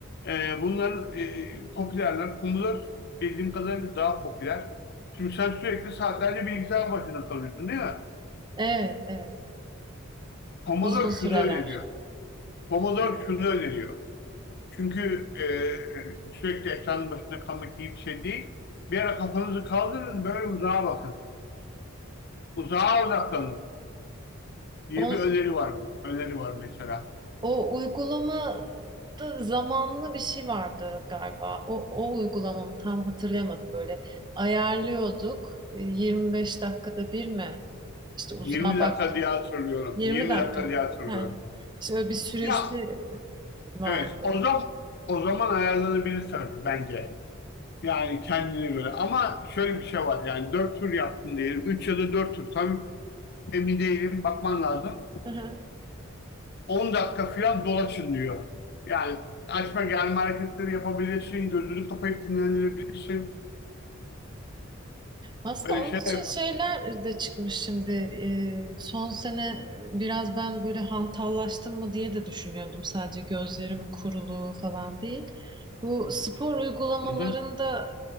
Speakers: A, on the left; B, on the right.
A: Ee, bunların e, popülerler. Commodore bildiğim kadarıyla daha popüler. Şimdi sen sürekli saatlerce bilgisayar başında kalıyorsun değil mi?
B: Evet, evet.
A: Commodore
B: Uzun süreler.
A: şunu öneriyor. Commodore şunu öneriyor. Çünkü e, sürekli ekranın başında kalmak iyi bir şey değil. Bir ara kafanızı kaldırın böyle uzağa bakın. Uzağa odaklanın diye
B: On,
A: bir öneri var. Öneri var mesela.
B: O uygulamada zamanlı bir şey vardı galiba. O, o uygulamamı tam hatırlayamadım. Böyle ayarlıyorduk. E, 25 dakikada bir mi? İşte uzağa
A: 20
B: bak.
A: dakika diye hatırlıyorum.
B: 20
A: 20
B: dakika
A: dakika
B: mı?
A: diye hatırlıyorum.
B: He. İşte öyle bir süresi
A: Ya
B: vardı.
A: Evet, o zaman o zaman ayarlanabilir tabii bence. Yani kendine göre. Ama şöyle bir şey var. Yani 4 tur yaptın diyelim. üç ya da 4 tur. Tam emin değilim. Bakman lazım.
B: <laughs>
A: 10 dakika falan dolaşın diyor. Yani açma gelme hareketleri yapabilirsin. Gözünü kapayıp dinlenebilirsin.
B: Aslında
A: Böyle
B: onun
A: şey
B: için
A: yap.
B: şeyler de çıkmış şimdi. Ee, son sene biraz ben böyle hantallaştım mı diye de düşünüyordum. Sadece gözlerimin kuruluğu falan değil. Bu spor uygulamalarında
A: Hı hı.